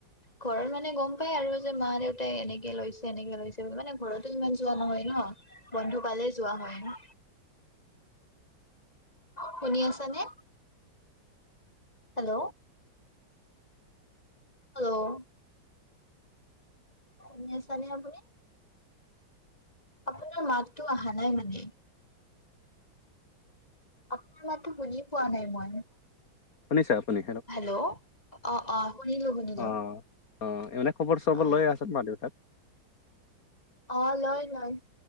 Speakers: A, on the left (about 15°); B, on the left (about 45°).
A: ঘৰৰ মানে গম পাই আৰু যে মা-দেউতাই এনেকে লৈছে, এনেকে লৈছে বুলি। মানে, ঘৰতো ইমান যোৱা নহয় ন'। বন্ধুকালে যোৱা হয় ন'। শুনি আছা নে? হেল্ল'। হেল্ল'। শুনি আছা নে, আপুনি? আপোনাৰ মাতটো অহা নাই, মানে। আপোনাৰ মাতটো শুনি পোৱা নাই মই।
B: শুনিছে আপুনি?
A: হেল্ল অ অ‌ শুনিলো শুনিলো।
B: অ অ খবৰ-চবৰ
A: অ
B: লৈয়ে আছ মা-দেউতাৰ।
A: অ লয় লয়।